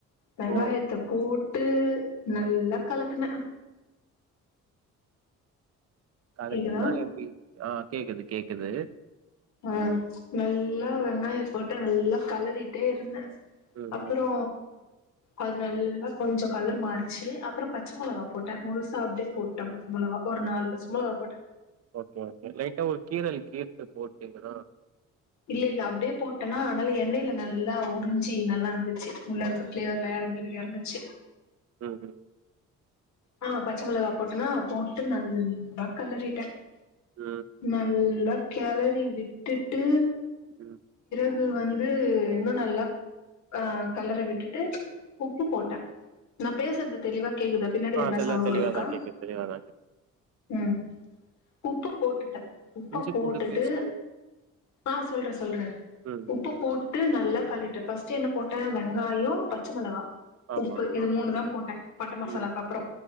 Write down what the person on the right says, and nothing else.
ஓ!
அ
கலக்குன்னா
எப்டி ஆ கேக்குது கேக்குது
ம்,
ஓகே ஓகே லைட்டா ஒரு கீரல் கீ போட்டீங்களா
ம் ம்
ம்,
ம்
ஆ
அதெல்லாம்
தெளிவாதான்
கேக்குது தெளிவாதான் கேக்குது.
இஞ்சி
பூண்டு பேஸ்ட்டு
ம்
ம்.
ஆமா.
ம்.